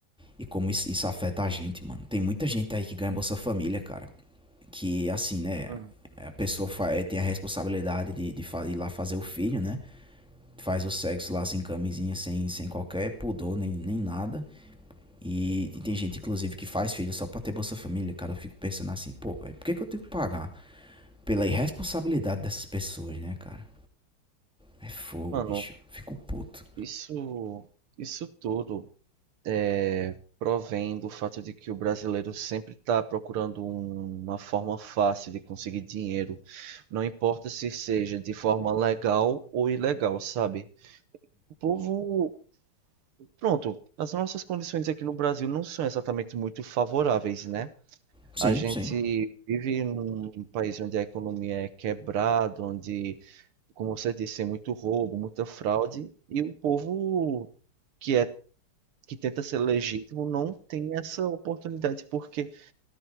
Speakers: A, in the centre; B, on the right (about 80°).
A: e como isso, isso afeta a gente, mano. Tem muita gente aí que ganha Bolsa Família, cara. Que, assim, né?
B: Hum.
A: A pessoa fa- eh, tem a responsabilidade de, de fa- ir lá fazer o filho, né? faz o sexo lá sem camisinha, sem, sem qualquer pudor, nem, nem nada. E, e tem gente, inclusive, que faz filho só pra ter Bolsa Família. Cara, eu fico pensando assim, pô, pai, por que, que eu tenho que pagar? Pela irresponsabilidade dessas pessoas, né, cara? É fogo,
B: Mano,
A: bicho. Fico puto.
B: isso, isso tudo é, provém do fato de que o brasileiro sempre tá procurando um- uma forma fácil de conseguir dinheiro. Não importa se seja de forma legal ou ilegal, sabe? O povo. Pronto, as nossas condições aqui no Brasil não são exatamente muito favoráveis, né?
A: Sim,
B: A gente
A: sim.
B: vive num país onde a economia é quebrada, onde como você disse, é muito roubo, muita fraude, e o povo que é que tenta ser legítimo não tem essa oportunidade, porque